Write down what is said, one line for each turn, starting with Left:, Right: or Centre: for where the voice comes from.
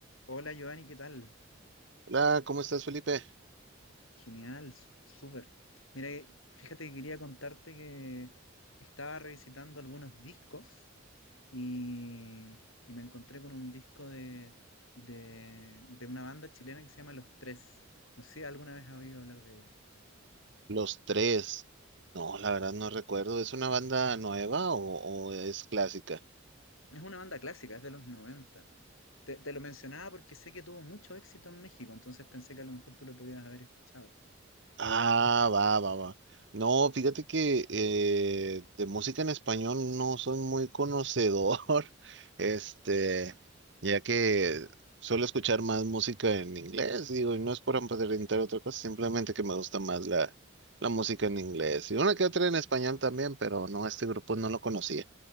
Left: Hola Giovanni, ¿qué tal?
Right: Hola, ¿cómo estás, Felipe?
Left: Genial, su- súper. Mira, eh, fíjate que quería contarte que estaba revisitando algunos discos y, y me encontré con un disco de, de, de una banda chilena que se llama Los Tres. No sé si alguna vez has oído hablar de ella.
Right: Los tres. No, la verdad no recuerdo. ¿Es una banda nueva o, o es clásica?
Left: Es una banda clásica, es de los noventa. Te, te lo mencionaba porque sé que tuvo mucho éxito en México, entonces pensé que a lo mejor tú lo podías haber escuchado.
Right: Ah, va, va, va. No, fíjate que eh, de música en español no soy muy conocedor, <laughs> este, ya que suelo escuchar más música en inglés, digo, y no es por aparentar otra cosa, simplemente que me gusta más la, la música en inglés. Y una que otra en español también, pero no, este grupo no lo conocía.